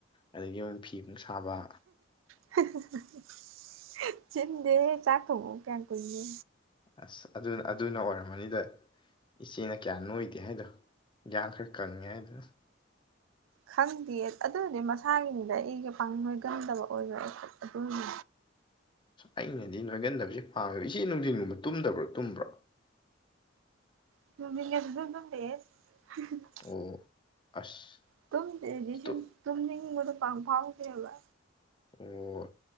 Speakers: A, on the left; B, on the right.
A: ꯑꯗꯒꯤ ꯃꯣꯏ ꯐꯤ ꯑꯃꯨꯛ ꯁꯥꯕ
B: <unintelligible> ꯆꯤꯟꯗꯦꯍꯦ ꯆꯥꯛ ꯊꯣꯡꯕꯨ ꯀꯌꯥꯝ ꯀꯨꯏꯅꯤ
A: ꯑꯁ ꯑꯗꯨꯅ ꯑꯗꯨꯅ ꯑꯣꯏꯔꯝꯃꯅꯤꯗ ꯏꯆꯦꯅ ꯀꯌꯥ ꯅꯣꯏꯗꯦ ꯍꯥꯏꯗꯣ ꯏꯌꯥꯡ ꯈꯔ ꯀꯪꯉꯦ ꯍꯥꯏꯗꯣ꯫
B: ꯈꯪꯗꯦ ꯑꯗꯨꯗꯤ ꯃꯁꯥꯒꯤꯅꯤꯗ ꯑꯩꯒ ꯄꯥꯡ ꯂꯣꯏꯒꯝꯗꯕ ꯑꯣꯏꯕ ꯑꯩ ꯑꯗꯨꯅꯤ
A: ꯑꯩꯅꯗꯤ ꯅꯣꯏꯒꯟꯗꯕꯁꯤ ꯄꯥꯝꯃꯦ ꯏꯆꯦ ꯅꯨꯡꯗꯤꯟꯒꯨꯝꯕ ꯇꯨꯝꯗꯕ꯭ꯔꯣ ꯇꯨꯝꯕ꯭ꯔꯣ
B: <unintelligible>
A: ꯑꯣ ꯑꯁ
B: ꯨꯇꯨꯝꯗꯦ ꯁꯨꯝ
A: ꯇꯨ
B: ꯇꯨꯝꯅꯤꯡꯅꯤꯡꯕꯗꯣ ꯐꯥꯎꯗꯦꯕ
A: ꯑꯣ